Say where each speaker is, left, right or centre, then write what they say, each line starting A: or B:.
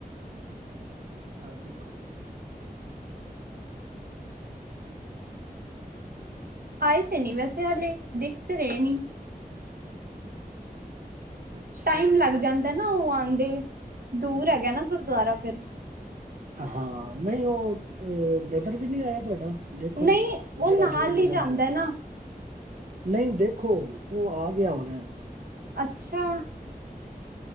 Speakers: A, on the right (about 55°); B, on the right (about 70°).
A: ਆ ਦੇਖੋ
B: ਆਏ ਤੇ ਨਹੀਂ ਵੈਸੇ ਹਲੇ ਦਿਖ ਤੇ ਰਹੇ ਨੀ
A: ਅੱਛਾ
B: ਟਾਈਮ ਲੱਗ ਜਾਂਦਾ ਨਾ ਉਹ ਆਉਂਦੇ ਦੂਰ ਹੈਗਾ ਨਾ ਗੁਰਦੁਆਰਾ ਫਿਰ
A: ਹਾਂ ਨਹੀਂ ਉਹ ਬ੍ਰਦਰ ਵੀ ਨਹੀਂ ਆਇਆ ਤੁਹਾਡਾ ਦੇਖੋ
B: ਨਹੀਂ ਉਹ
A: ਜਿਹੜਾ
B: ਨਾਲ
A: ਜੋੜੀ ਵਜਾਦਾ
B: ਹੀ ਜਾਂਦਾ
A: ਹੈ
B: ਨਾ
A: ਨਹੀਂ ਦੇਖੋ ਉਹ ਆ ਗਿਆ ਹੋਣਾ
B: ਅੱਛਾ